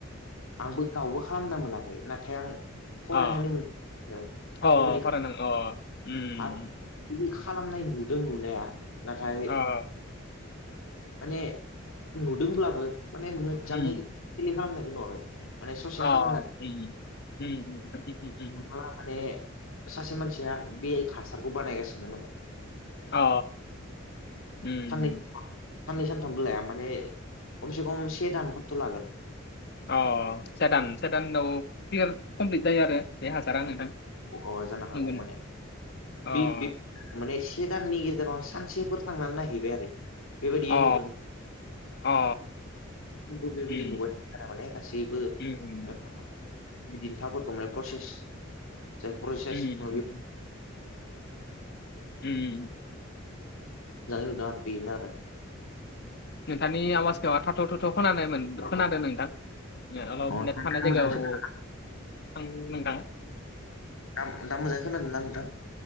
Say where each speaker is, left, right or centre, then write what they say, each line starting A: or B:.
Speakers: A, on the left; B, on the left.
A: आंबो गावबो खालामना मोनाखै नाथाय आं फरायनानै
B: अ
A: मोनो
B: अ
A: बेबायदि
B: फरायनां अ उम
A: आरो <unintelligible> बिदि खालामनाय नुदों नुनाया नाथाय
B: अ
A: माने नुदोंब्लाबो माने मोजाङै
B: उम
A: फिलि खालामनायखौ नुवाखै। माने ससे
B: अ
A: खालामनानै
B: उम उम उम उम उम
A: माला माने सासे मानसिया बे हासारखौ बानायगासिनो मोनो।
B: अ उम
A: साननै साननै सानथामबो लाया माने खमसे खम से दानफोरथ' लागोन।
B: अ स दान से दानाव क्लियार कमप्लिट जायो आरो बे हाजारा नोंथां।
A: अ जानो हागौ
B: नंगौनो
A: माने
B: अ
A: बे बे माने से दाननि गेजेराव आं सानसेफोर थांनानै नायहैबाय आरो। बेबायादि
B: अ
A: नुदों।
B: अ
A: बो बेबायदि
B: उम
A: नुबाय थ माने गासैबो
B: उम
A: <unintelligible> बिदिन थाबरखौ माने प्रसेस <unintelligible> एसे मोजाङै
B: उम उम उम
A: नुदों आरो बेनो आरो।
B: नोंथांनि आवाजखौ थाथ' थुथ' खोनानायमोन खोनादों नोंथां। अलप
A: अ
B: नेट थानाय जायगायाव
A: नोंथां
B: थां नोंथाङा।
A: दा दा मोजाङै खोनादोंदा नोंथां?